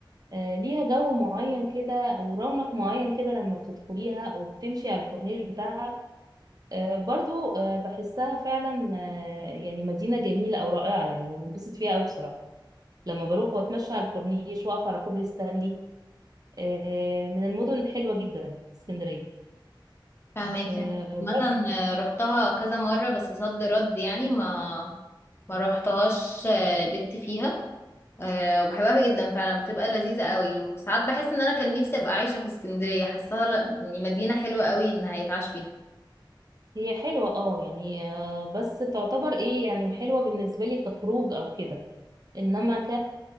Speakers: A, on the right; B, on the left.
A: آه ليها جو معين كده ورونق معين كده لما بتدخليها او بتمشي على الكورنيش بتاعها آه برضو آه بحسها فعلا آه يعني مدينه جميله او رائعه يعني أنا بنبسط فيها قوي بصراحه لما بروح واتمشى على الكورنيش واقف على كوبري ستانلي آه من المدن الحلوه جدا اسكندريه
B: فاهمك
A: آه،
B: يعني عامة
A: بس
B: آه، رحتها كذا مرة بس صد رد يعني ما ما روحتهاش آه، بت فيها آه، وبحبها جدا فعلا بتبقى لذيذة قوي وساعات بحس ان انا كان نفسي ابقى عايشة في اسكندرية حاساها لا- يعني مدينة حلوة قوي ان هيتعاش فيها
A: هي حلوة اه يعني آه، بس تعتبر ايه يعني حلوة بالنسبة لي كخروج او كده انما